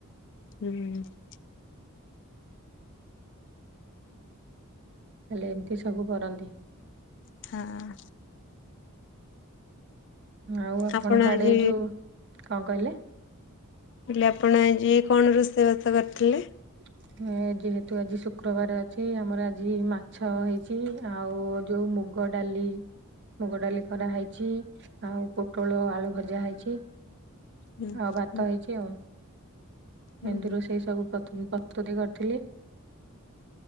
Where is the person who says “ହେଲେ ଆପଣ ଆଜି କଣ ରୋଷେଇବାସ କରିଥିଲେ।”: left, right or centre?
Left